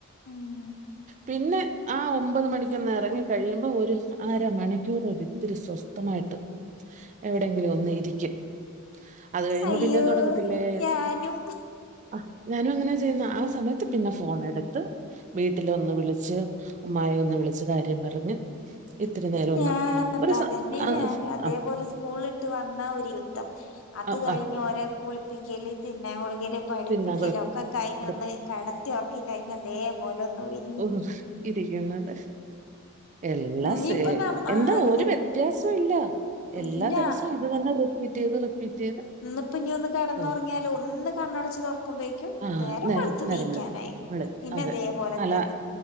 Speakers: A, on the left; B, on the right.
A: ഉം
B: പിന്നെ ആ ഒമ്പത് മണിക്കൊന്ന് എറങ്ങി കഴിയുമ്പോ ഒരു അര മണിക്കൂറ് ഒര് ഒരു സ്വസ്ഥമായിട്ട് എവിടെങ്കിലു ഒന്ന് ഇരിക്കും അത് കഴിയുമ്പ
A: അയ്യോ
B: പിന്നേം തൊടങ്ങത്തില്ലേ
A: ഞാനും
B: അഹ് ഞാനും അങ്ങനെ ചെയ്യുന്ന ആ സമയത്ത് പിന്നെ ഫോണ് എട്ത്ത് വീട്ടില് ഒന്ന് വിളിച്ച് ഉമ്മായി ഒന്ന് വിളിച്ച് കാര്യം പറഞ്ഞ് ഇത്തിരി നേരം
A: ഞാ
B: ഒന്ന് ഒരു
A: അതന്നെ
B: സ ആ,
A: ഞാന് അതേപോലെ
B: ആ,
A: സ്കൂള്ട്ട് വന്ന ഒരു യുദ്ധം അത്
B: ആ,
A: കഴിഞ്
B: ആ,
A: ഓരെ കുളിപ്പിക്കല് തിന്നാൻ കൊടുക്കല് പഠിപ്പിക്കല്
B: തിന്നാൻ കൊടു-
A: ഒക്ക കഴിഞ്
B: കൊടു-
A: ഒന്ന് കടത്തി ഒർക്കി കഴിഞ്ഞ ദേ ബോലൊന്നോവി
B: ഒഹ് ഇരിക്കുന്നത് എല്ലാം
A: ഇനിയിപ്പ
B: സെ
A: ന ആഹ്
B: എന്ദോ
A: ഇനി
B: ഒരു വ്യത്യാസ ഇല്ല
A: ഇല്ല
B: എല്ലാ ദെവസും ഇത് തന്നെ റിപ്പീറ്റ് ചെയ്ത് റിപ്പീറ്റ് ചെയ്ത്
A: ഇന്ന്പ്പഞ്ഞി ഒന്ന് കെടന്നോറങ്ങിയാലോ
B: പോകുന്നു
A: ഒന്ന് കണ്ണടച്ച് തൊർക്കുമ്പഴേക്കും
B: ആ
A: നേരം വെളുത്തു
B: നേരം
A: നീക്കാനായി
B: വിളി വിളി
A: പിന്നെ
B: അതെ
A: അതേപോലെ
B: അലാ
A: തന്നെ